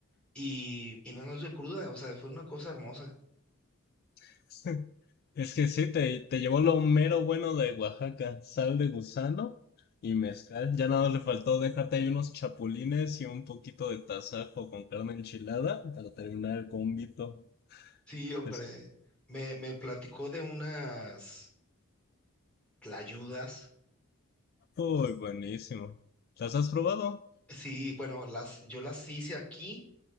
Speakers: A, in the centre; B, on the left.
A: y, y no nos dio cruda, o sea, fue una cosa hermosa.
B: <laughs> Es que sí, te, te llevó lo mero bueno de Oaxaca, sal de gusano y mezcal. Ya nada le faltó, déjate ahí unos chapulines y un poquito de tasajo con carne enchilada para terminar el combito.
A: Sí, hombre,
B: Es
A: me, me platicó de unas tlayudas.
B: muy buenísimo. ¿Las has probado?
A: Sí, bueno, las, yo las hice aquí,